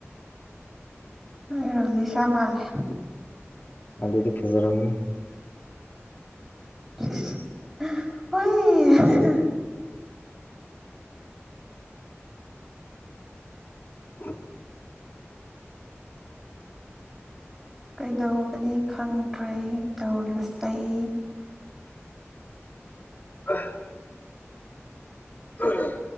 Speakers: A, in the centre; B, on the left.
A: ꯑꯩꯔꯣ ꯂꯤꯁꯥ ꯃꯥꯂꯦ
B: ꯑꯗꯨꯗꯤ ꯐꯖꯔꯝꯅꯤ
A: ꯍꯣꯏ
B: <inaudible>
A: ꯀꯩꯗꯧꯒꯅꯤ ꯈꯪꯗ꯭ꯔꯦ ꯇꯧꯔꯤꯕ ꯆꯩ
B: ꯑ ꯑ